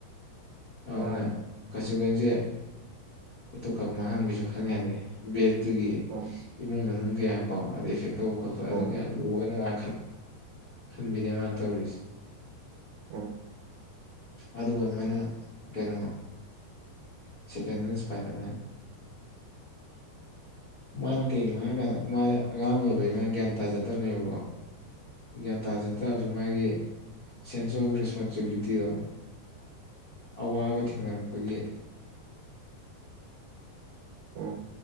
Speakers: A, on the left; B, on the right.
A: ꯑꯗꯨꯅ
B: ꯎꯝ
A: ꯀꯆ ꯀꯁꯦꯦ ꯈꯛ ꯃꯥꯡꯍꯟꯕꯤꯁꯨ ꯈꯪ ꯌꯥꯗꯦ ꯕꯦꯠꯇꯨꯒꯤ
B: ꯎꯝ
A: ꯏꯃꯨꯡ ꯃꯅꯨꯡ ꯀꯌꯥ ꯀꯣ ꯑꯗ ꯏꯐꯦ ꯇꯧꯕ ꯈꯣꯠꯄ ꯑꯗꯨ
B: ꯎꯝ
A: ꯀ ꯂꯣꯏꯅ ꯃꯥ ꯈꯟꯕꯤꯅꯦ ꯃꯥꯅ ꯇꯧꯔꯤꯁꯦ
B: ꯎꯝ
A: ꯑꯗꯨꯒ ꯑꯃꯅ ꯀꯩꯅꯣ ꯁꯀꯦꯟꯗ ꯏꯟꯁꯄꯥꯏꯔꯃꯦꯟ ꯃꯥꯅ ꯀꯩꯒꯤꯅꯣ ꯍꯥꯏ ꯀꯥꯟꯗ ꯃꯥꯁ ꯑꯉꯥꯡ ꯑꯣꯏꯕꯒꯤ ꯃꯥꯅ ꯒ꯭ꯌꯥꯟ ꯇꯥꯖꯗꯕꯅꯦꯕꯀꯣ ꯒ꯭ꯌꯥꯟ ꯇꯥꯖ ꯇꯥꯔꯁꯨ ꯃꯥꯒꯤ ꯁꯦꯟꯁ ꯑꯣꯐ ꯔꯦꯁꯄꯣꯟꯁꯤꯕꯤꯂꯤꯇꯤ ꯁꯛꯇꯤꯗꯣ ꯑꯋꯥꯕ ꯊꯦꯡꯅꯔꯛꯄꯒꯤ
B: ꯎꯝ